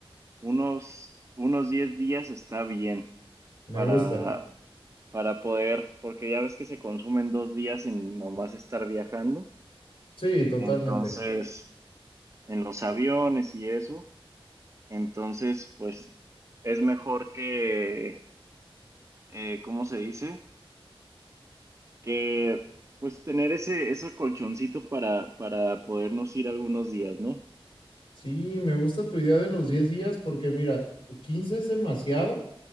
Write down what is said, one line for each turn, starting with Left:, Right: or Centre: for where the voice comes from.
Right: Unos, unos 10 días está bien
Left: Me
Right: para,
Left: gusta.
Right: para poder, porque ya ves que se consumen dos días en nomás estar viajando.
Left: Sí, totalmente.
Right: Entonces, en los aviones y eso, entonces, pues es mejor que, eh, ¿cómo se dice? Que pues tener ese, ese colchoncito para, para podernos ir algunos días, ¿no?
Left: Sí, me gusta tu idea de los 10 días porque mira, 15 es demasiado